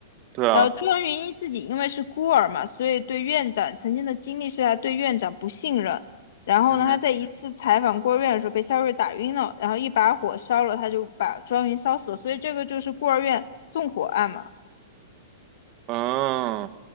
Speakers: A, on the right; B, on the left.
A: 对啊，
B: 然后庄云一自己因为是孤儿嘛，所以对院长曾经的经历是他对院长不信任。然后呢，
A: 嗯哼，
B: 他在一次采访孤儿院的时候被肖瑞打晕了，然后一把火烧了，他就把庄云烧死了。所以这个就是孤儿院纵火案嘛，
A: 嗯，